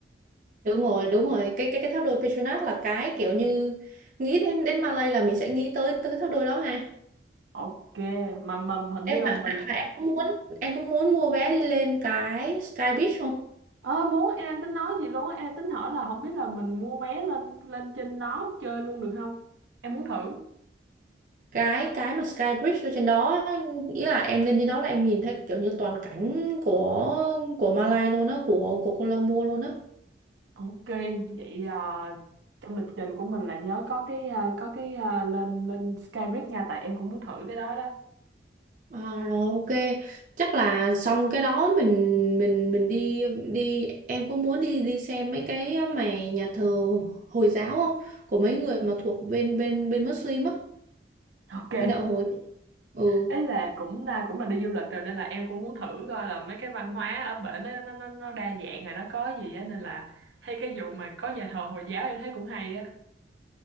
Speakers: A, on the right; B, on the right.
A: đúng rồi đúng rồi cái cái cái tháp đôi Petronas là cái kiểu như nghĩ đến đến Malay là mình sẽ nghĩ tới tới cái tháp đôi đó ha
B: Ok, mà mầm hình như
A: em
B: là
A: à,
B: mình
A: à, à, em cũng muốn em cũng muốn mua vé đi lên cái Sky Beach không
B: Ơ muốn em đang tính nói gì luôn á, em đang tính hỏi là không biết là mình mua vé lên lên trên đó chơi luôn được không? Em muốn thử.
A: cái cái mà Sky Bridge ở trên đó ý là em lên trên đó là em nhìn thấy kiểu như toàn cảnh của của Malay luôn á của của Colombo luôn á
B: Ok, vậy à, trong lịch trình của mình là nhớ có cái à, có cái à, lên lên Skyrit nha tại em cũng muốn thử cái đó đó.
A: à, rồi ok chắc là xong cái đó mình mình mình đi đi em có muốn đi đi xem mấy cái mà nhà thờ Hồi giáo không của mấy người mà thuộc bên bên bên Muslim á
B: Ok.
A: bên đạo hồi ừ
B: ấy là cũng là cũng là đi du lịch rồi nên là em cũng muốn thử coi là mấy cái văn hóa ở bển nó nó nó nó đa dạng rồi nó có gì á nên là hay cái vụ mà có nhà thờ Hồi giáo em thấy cũng hay á